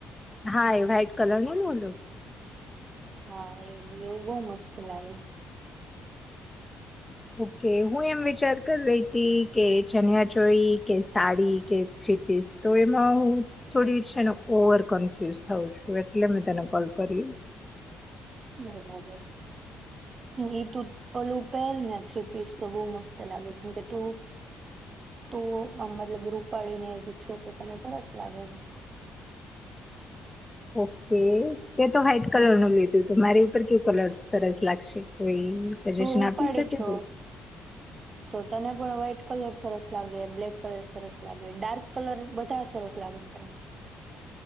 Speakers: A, on the left; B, on the right.
A: હા એ વાઇટ કલર નો ને ઓલો
B: હા એવું-એવું બહું મસ્ત લાગે છે.
A: ઓકે હું એમ વિચાર કરી રહી હતી કે ચનિયાચોળી, કે સાડી, કે થ્રી પીસ તો એમાં હું થોડી છે ને ઓવર કન્ફ્યુઝ થઉ છું, એટલે મેં તને કોલ કર્યો.
B: બરાબર. એ તું ઓલુ પહેર ને થ્રી પીસ તો બહું મસ્ત લાગે, કેમકે તું તું આમ મતલબ રૂપાડીને એવી છો તો તને સરસ લાગે એમ.
A: ઓકે. તે તો વ્હાઈટ કલર નું લીધું તું મારી ઉપર કયું કલર સરસ લાગશે? કોઈ બી સજેશન
B: તું રૂપાળી
A: આપી શકે
B: છો
A: તું?
B: તો તને પણ વ્હાઈટ કલર સરસ લાગે, બ્લેક કલર સરસ લાગે, ડાર્ક કલર બધા સરસ લાગે તને.